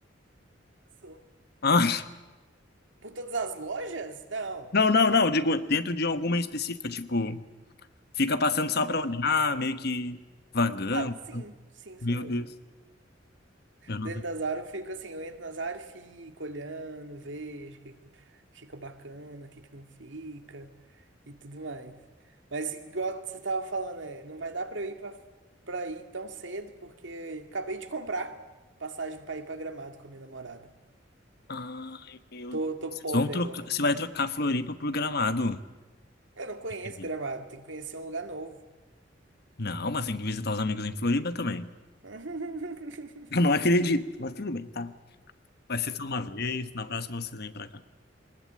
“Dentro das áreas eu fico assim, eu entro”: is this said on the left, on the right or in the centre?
Right